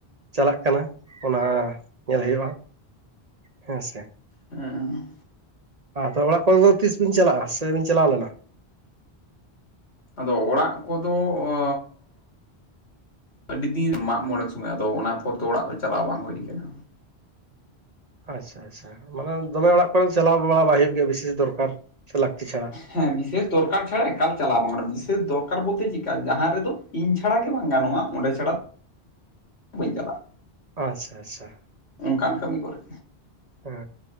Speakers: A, on the right (about 40°); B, on the left (about 80°).
A: ᱪᱟᱞᱟᱜ ᱠᱟᱱᱟ ᱚᱱᱟ ᱧᱮᱞ ᱦᱚᱣᱚᱜᱼᱟ ᱦᱮᱸ ᱥᱮ᱾
B: ᱩᱸ
A: ᱟᱛᱚ ᱚᱲᱟᱜ ᱠᱚᱨᱮ ᱫᱚ ᱛᱤᱥ ᱵᱤᱱ ᱪᱟᱞᱟᱜᱼᱟ ᱥᱮ ᱵᱤᱱ ᱪᱟᱞᱟᱣ ᱞᱮᱱᱟ?
B: ᱟᱫᱚ ᱚᱲᱟᱜ ᱠᱚᱫᱚ ᱚᱻ ᱟᱹᱰᱤ ᱫᱤᱱ ᱢᱟᱜ ᱢᱚᱬᱮ ᱥᱚᱢᱚᱭ ᱟᱫᱚ ᱚᱱᱟ ᱯᱚᱨ ᱪᱟᱞᱟᱣ ᱵᱟᱝ ᱦᱩᱭ ᱟᱠᱟᱱᱟ᱾
A: ᱟᱪᱪᱷᱟ ᱟᱪᱪᱷᱟ ᱢᱟᱱᱮ ᱫᱚᱢᱮ ᱚᱲᱟᱜ ᱠᱚᱨᱮ ᱪᱟᱞᱟᱣ ᱵᱟᱲᱟ ᱵᱟᱭ ᱦᱩᱭᱩᱜ ᱜᱮᱣᱟ ᱵᱤᱥᱤ ᱫᱚᱨᱠᱟᱨ ᱥᱮ ᱞᱟᱹᱠᱛᱤ ᱪᱷᱲᱟ᱾
B: ᱦᱮᱸ ᱵᱤᱥᱮᱥ ᱫᱚᱨᱠᱟᱨ ᱪᱷᱟᱲᱟ ᱮᱠᱟᱞ ᱪᱟᱞᱟᱣ ᱵᱟᱝ ᱜᱟᱱᱚᱜᱟ ᱵᱤᱥᱮᱥ ᱫᱚᱨᱠᱟᱨ ᱵᱚᱞᱛᱮ ᱪᱮᱫ ᱠᱟ ᱡᱟᱦᱟᱸ ᱨᱮᱫᱚ᱾ ᱤᱧ ᱪᱷᱟᱲᱟ ᱜᱮ ᱵᱟᱝ ᱜᱟᱱᱚᱜᱼᱟ ᱚᱸᱰᱮ ᱪᱷᱟᱲᱟ ᱵᱟᱹᱧ ᱪᱟᱞᱟᱜᱼᱟ᱾
A: ᱟᱪᱪᱷᱟ ᱟᱪᱪᱷᱟ
B: ᱚᱱᱠᱟᱱ ᱠᱟᱹᱢᱤ ᱠᱚᱨᱮ᱾
A: ᱦᱮᱸ